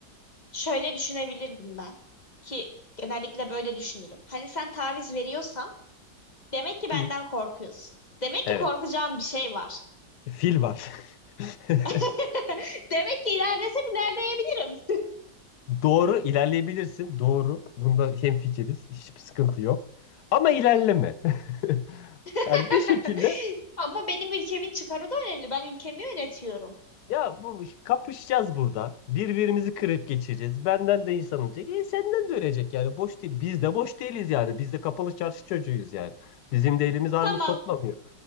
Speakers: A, on the left; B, on the left.
A: Şöyle düşünebilirdim ben ki genellikle böyle düşünürüm. Hani sen taviz veriyorsan demek ki benden
B: Hı.
A: korkuyorsun. Demek
B: Evet.
A: ki korkacağım bir şey var.
B: Fil var. <laughs>
A: <laughs> Demek ki ilerlesem ilerleyebilirim.
B: Doğru ilerleyebilirsin. Doğru. Bunda hemfikiriz. Hiçbir sıkıntı yok. Ama ilerleme. <laughs> Yani
A: <laughs>
B: bir şekilde
A: Ama benim ülkemin çıkarı da önemli. Ben ülkemi yönetiyorum.
B: ya bu kapışacağız burada. Birbirimizi kırıp geçireceğiz. Benden de insan olacak. E senden de ölecek yani. Boş değil. Biz de boş değiliz yani. Biz de kapalı çarşı çocuğuyuz yani. Bizim de elimiz armut
A: Tamam
B: toplamıyor.